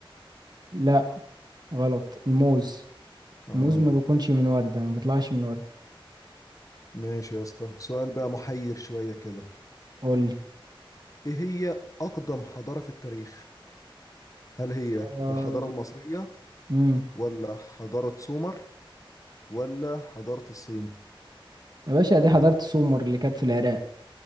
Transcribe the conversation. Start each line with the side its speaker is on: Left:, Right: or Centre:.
Right: لا غلط الموز
Left: اه
Right: الموز ما بيكونش من وردة ما بيطلعش من وردة
Left: ماشي يا اسطى سؤال بقى محير شوية كده
Right: قول لي
Left: إيه هي أقدم حضارة في التاريخ هل هي
Right: آه،
Left: الحضارة المصرية
Right: امم
Left: ولا حضارة سومر ولا حضارة الصين
Right: يا باشا دي حضرت سومر اللي كانت في العراق